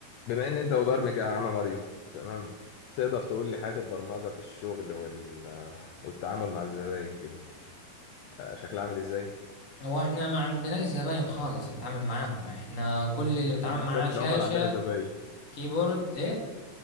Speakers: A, on the left; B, on the left.
A: بما ان انت مبرمج يا عم ماريو تمام تقدر تقول لي حياة البرمجة في الشغل وال... والتعامل مع الزباين كده آه، شكلها عامل ازاي؟
B: هو احنا ما عندناش زباين خالص نتعامل معاهم احنا كل اللي
A: احنا
B: بنتعامل
A: بنسمي
B: معاه شاشة
A: العملاء عندنا زباين
B: كيبورد ايه